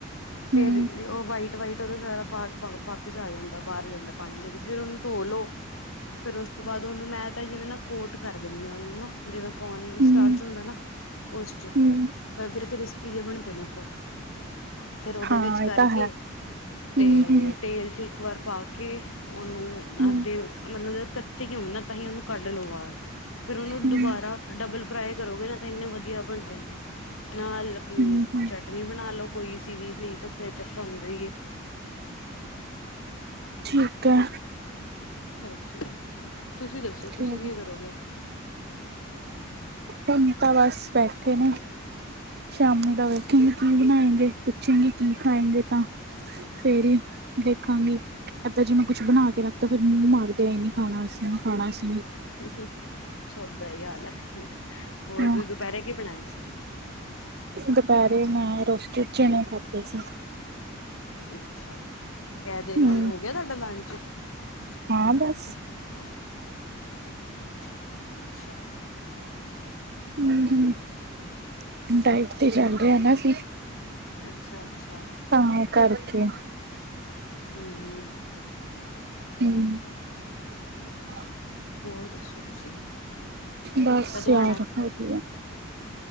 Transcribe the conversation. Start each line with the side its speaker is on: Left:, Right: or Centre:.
Right: ਹਮ
Left: ਫੇਰ, ਉਹ ਵਾਈਟ-ਵਾਈਟ ਉਹਦਾ ਸਾਰਾ ਪਾਨੀ ਪਾਓ, ਵਾਪਿਸ ਆ ਜਾਂਦਾ। ਬਾਹਰ ਆ ਜਾਂਦਾ ਪਾਣੀ ਦੇ ਵਿੱਚ। ਫੇਰ ਉਹਨੂੰ ਧੋ ਲੋ, ਫੇਰ ਉਸ ਤੋਂ ਬਾਅਦ, ਉਹਨੂੰ ਮੈਂ ਤਾਂ ਜਿਵੇਂ ਨਾ ਕੋਟ ਕਰ ਦੇਣੀ ਹ ਉਹਨੂੰ ਨਾ, ਜਿਵੇਂ ਕੋਨ
Right: ਹਮ
Left: ਸਟਾਰਚ ਹੁੰਦਾ ਨਾ। ਉਸ ਚ
Right: ਹਮ
Left: ਤਾਂ ਫਿਰ ਕ੍ਰਿਸਪੀ ਜੇ ਬਣਦੇ ਨੇ ਪਰ ਫਿਰ, ਉਹਦੇ
Right: ਹਾਂ
Left: ਵਿੱਚ
Right: ਇਹ
Left: ਕਰਕੇ
Right: ਤਾਂ ਹੈ
Left: ਤੇ
Right: ਹਮ ਹਮ
Left: ਤੇਲ ਚ ਇੱਕ ਵਾਰ ਪਾ ਕੇ ਉਹਨੂੰ
Right: ਹਮ
Left: ਅੱਧੇ, ਮਤਲਬ ਕੱਚੇ ਜੇ ਹੋਣ ਨਾ, ਤਾਂ ਹੀ ਉਹਨੂੰ ਕੱਢ ਲੋ। ਬਾਰ ਫੇਰ ਉਹਨੂੰ
Right: ਹਮ
Left: ਦੁਬਾਰਾ ਡਬਲ ਫਰਾਈ ਕਰੋਗੇ ਨਾ, ਤਾਂ ਇੰਨੇ ਵਧੀਆ ਬਣਦੇ ਨੇ ਨਾਲ ਅਪਣੀ
Right: ਹਮ ਹਮ
Left: ਚਟਨੀ ਬਣਾ ਲਓ। ਕੋਈ ਸੀ ਵੀ ਨੀਂ ਤੇ ਕੈਚਅਪ ਤਾਂ ਆਉਂਦੇ ਈਏ
Right: ਠੀਕ ਹੈ।
Left: ਹਾਂਜੀ, ਹਾਂਜੀ ਤੁਸੀਂ ਦੱਸੋ,
Right: ਠੀਕ
Left: ਤੁਸੀਂ ਕੀ ਕਰੋਗੇ? <unintelligible>
Right: ਹੁਣ ਤਾਂ ਬਸ ਬੈਠੇ ਨੇ। ਸ਼ਾਮੀ ਦਾ ਵੇਖਾਂਗੇ ਕੀ ਬਣਾਏਂਗੇ, ਪੁੱਛੇਗੀ ਕੀ ਖਾਏਂਗੇ ਤਾਂ ਫੇਰ ਹੀ ਦੇਖਾਂਗੀ। ਇੱਦਾਂ ਜੇਵੇੈਂ ਕੁੱਛ ਬਣਾ ਕੇ ਰੱਖਤਾ, ਫਿਰ ਮੂੰਹ ਮਾਰਦੇ ਇਹ ਨੀਂ ਖਾਣਾ ਅਸੀਂ, ਨੀੱਂ ਖਾਣਾ ਅਸ
Left: <unintelligible> ਸਭ ਦਾ ਏਹੀ ਹਾਲ ਐ। ਹੋਰ,
Right: ਹਾਂ
Left: ਤੂੰ ਦੁਪਹਿਰੇ ਕੀ ਬਣਾਇਏ ਸੀ?
Right: ਦੁਪਹਿਰੇ ਮੈਂ ਰੋਸਤੇਡ ਚਣੇ ਖਾਦੇ ਸੀ
Left: ਅੱਛਾ ਐ
Right: ਹਮ
Left: ਦੇ ਨਾਲ ਹੋ ਗਿਆ ਤੁਹਾਡਾ ਲੰਚ? <unintelligible>
Right: ਹਾਂ ਬਸ
Left: ਅੱਛਾ।
Right: ਹਂ, ਹਂ ਡਾਈਟ ਤੇ ਚੱਲ ਰਹੇ ਨਾ ਅਸੀ
Left: <unintelligible> ਅੱਛਾ ਅੱਛਾ।
Right: ਤਾਂ ਕਰਕੇ
Left: ਹਂ ਹਂ
Right: ਹਂ <unintelligible>
Left: ਹੋਰ ਦੱਸੋ ਤੁਸੀਂ।
Right: ਬਸ
Left: ਕਦੋਂ
Right: ਯਾਰ
Left: ਆਣਾ ਇੱਥੇ?
Right: ਵਧੀਆ